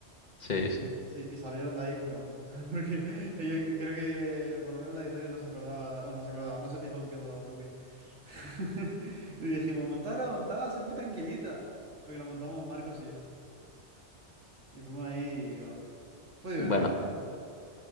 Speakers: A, on the left; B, on the right.
A: Sí, sí.
B: Sí, y salieron de ahí flipando. <laughs> Porque yo creo que por lo menos la editorial no se acordaba, bueno, no se acordaba, no se fijó en que eso daba un looping. <laughs> Y dijimos, montada, montada, es muy tranquilita. Porque nos montamos Marcos y yo. Y fuimos ahí y bueno, fue divertido.
A: Bueno,